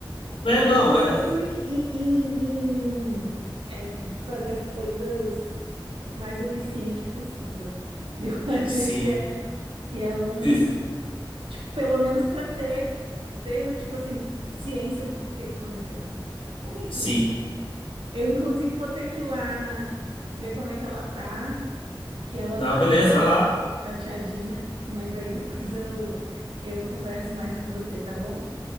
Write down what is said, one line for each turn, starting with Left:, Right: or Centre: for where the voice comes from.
Right: Eu
Left: É,
Right: penso
Left: não,
Right: muito
Left: é.
Right: em, em- em- em, é, fazer as coisas mais eficiente possível. E eu <laughs> acho
Left: Sim.
Right: que é, que é um.
Left: E-
Right: Tipo, pelo menos pra ter, ter, tipo assim, ciência do porquê que aconteceu, né? Mas enfim,
Left: Sim.
Right: eu inclusive vou ter que ir lá ver como é que ela tá, que ela
Left: Não,
Right: tava
Left: beleza,
Right: meio
Left: vai lá.
Right: chateadinha, mas aí depois eu, eu converso mais com você, tá bom?